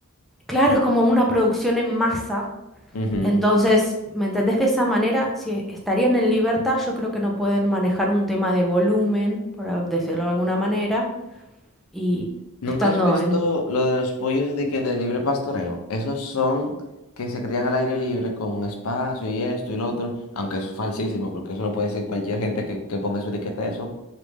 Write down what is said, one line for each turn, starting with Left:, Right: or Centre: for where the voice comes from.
Centre: Claro, es como una producción en masa
Left: Ujú.
Centre: Entonces, ¿me entendés de esa manera? Si estarían en libertad, yo creo que no pueden manejar un tema de volumen, por a- decirlo de alguna manera, y
Left: ¿Nunca
Centre: estando
Left: has visto
Centre: en...
Left: lo de los pollos de que de libre pastoreo? Esos son que se crían al aire libre con espacio y esto y lo otro, aunque es falsísimo, porque eso lo puede decir cualquier gente que, que ponga su etiqueta a eso.